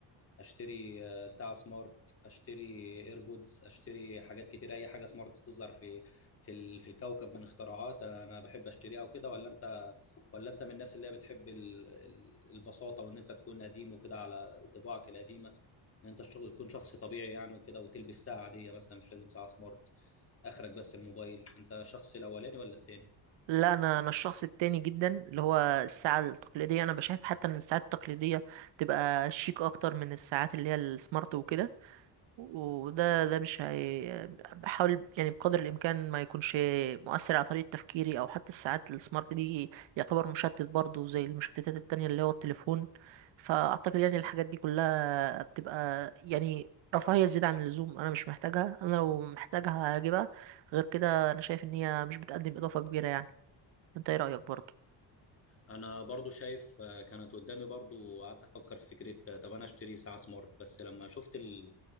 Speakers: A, on the left (about 30°); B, on the right (about 85°).
A: أشتري آه، ساعة سمارت أشتري إيربودز أشتري حاجات كتير أي حاجة سمارت تظهر في في ال- في الكوكب من اختراعات أنا بحب أشتريها وكده ولا أنت ولا أنت من الناس اللي هي بتحب ال- ال- البساطة وإن أنت تكون قديم وكده على طباعك القديمة ان انت الشغل تكون شخص طبيعي يعني وكده وتلبس ساعه عاديه مثلا مش لازم ساعه سمارت اخرك بس الموبايل انت شخص الاولاني ولا التاني
B: لا انا انا الشخص التاني جدا اللي هو الساعه التقليديه انا بشايف حتى ان الساعات التقليديه تبقى شيك اكتر من الساعات اللي هي السمارت وكده وده ده مش هي بحاول يعني بقدر الامكان ما يكونش مؤثر على طريقه تفكيري او حتى الساعات السمارت دي يعتبر مشتت برضه زي المشتتات التانية اللي هو التليفون فاعتقد يعني الحاجات دي كلها بتبقى يعني رفاهية زيادة عن اللزوم انا مش محتاجها انا لو محتاجها هجيبها غير كده انا شايف ان هي مش بتقدم اضافة كبيرة يعني انت ايه رأيك برضه
A: انا برضو شايف آه، كانت قدامي برضو قعدت افكر في فكره آه، طب انا اشتري ساعه سمارت بس لما شفت ال...